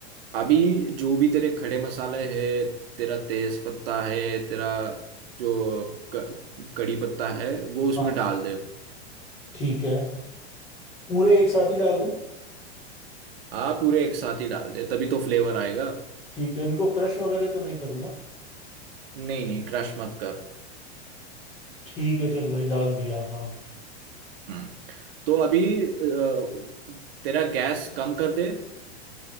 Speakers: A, on the right; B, on the left.
A: अभी जो भी तेरे खड़े मसाले है तेरा तेज पत्ता है तेरा जो क- कड़ी पत्ता है वो उसमें
B: हाँ
A: डाल दे
B: ठीक है पूरे एक साथ ही डाल दूं
A: हाँ पूरे एक साथ ही डाल दे तभी तो फ्लेवर आएगा
B: ठीक है इनको क्रश वगैरह तो नहीं करूँ ना
A: नहीं नहीं क्रश मत कर
B: ठीक है चल भाई डाल दिया हाँ
A: हम्म तो अभी अ, तेरा गैस कम कर दे